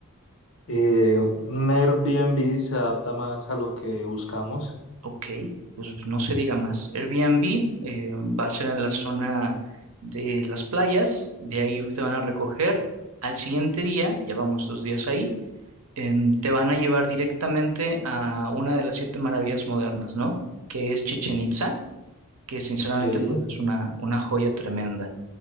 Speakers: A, on the left; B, on the right.
A: Eh, un Airbnb se adapta más a lo que buscamos.
B: Ok, pues no se diga más. Airbnb eh, va a ser en la zona de las playas, de ahí te van a recoger. Al siguiente día, ya vamos dos días ahí, em, te van a llevar directamente a una de las siete maravillas modernas, ¿no? Que es Chichen Itza, que sinceramente
A: Ok.
B: pues es una, una joya tremenda.